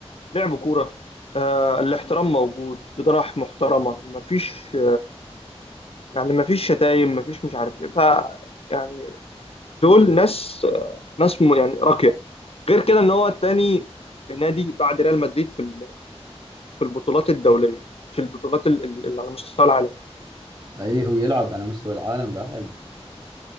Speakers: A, on the left; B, on the right.
A: لعب كوره آه الاحترام موجود اداره محترمه مفيش يعني مفيش شتايم مفيش مش عارف ايه ف يعني دول ناس ناس م- يعني راقيه غير كده ان هو التاني نادي بعد ريال مدريد في ال- في البطولات الدوليه في البطولات ال- ال- اللي على مستوى العالم
B: اي هو يلعب على مستوى العالم بعد